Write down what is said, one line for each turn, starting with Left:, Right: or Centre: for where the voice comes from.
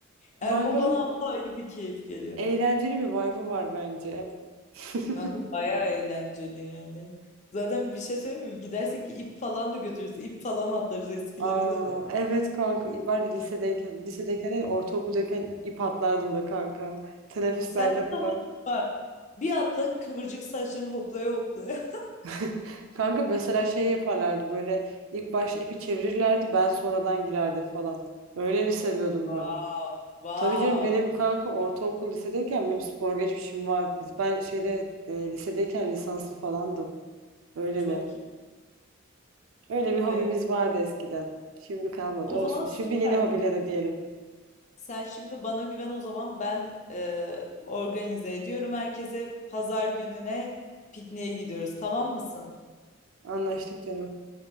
Right: Mangalın
Left: Yani o bana ayrı bir keyif geliyor.
Right: Eğlenceli bir vibe'ı var bence. <laughs>
Left: Kanka bayağı eğlenceli yani. Zaten bir şey söyleyeyim mi? Gidersek ip falan da götürürüz. İp falan atlarız eskilere
Right: Aa,
Left: döneriz.
Right: evet kanka ben lisedeyken, lisedeyken değil, ortaokuldayken ip atlardım da kanka. Teneffüslerde
Left: Sende
Right: falan.
Left: tam o ip var. Bir atla kıvırcık saçların hoplaya hoplaya. <laughs>
Right: <laughs> Kanka mesela şey yaparlardı böyle ilk başta ipi çevirirlerdi ben sonradan girerdim falan. Öyle mi seviyordum
Left: Wow,
Right: ben?
Left: wow.
Right: Tabii canım benim kanka ortaokul lisedeyken benim spor geçmişim var. Biz- Ben şeyde e, lisedeyken lisanslı falandım. Öyle
Left: Çok
Right: de.
Left: iyi.
Right: Öyle bir hobimiz
Left: Ay,
Right: vardı eskiden. Şimdi kalmadı
Left: o
Right: olsun.
Left: zaman
Right: Şimdi
Left: süper.
Right: yeni hobilere diyelim.
Left: Sen şimdi bana güven o zaman ben e, organize ediyorum herkese. Pazar gününe pikniğe gidiyoruz tamam mısın?
Right: Anlaştık canım.